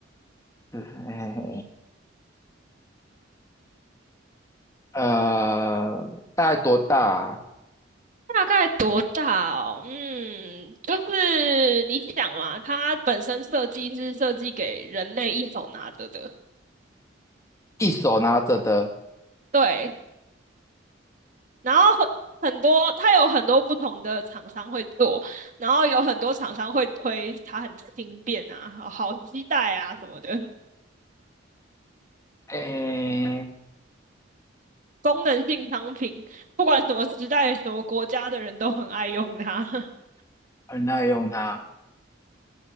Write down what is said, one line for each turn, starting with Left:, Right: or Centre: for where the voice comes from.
Left: 是，哎，呃，大概多大啊
Right: 大概多大哦？嗯，就是你想嘛，它本身设计是设计给人类一手拿着的，
Left: 一手拿着的，
Right: 对。然后很很多，它有很多不同的厂商会做，然后有很多厂商会推它很轻便啊，好好携带啊什么的，
Left: 哎，
Right: 功能性商品，不管什么时代、什么国家的人都很爱用它。<laughs>
Left: 很耐用它。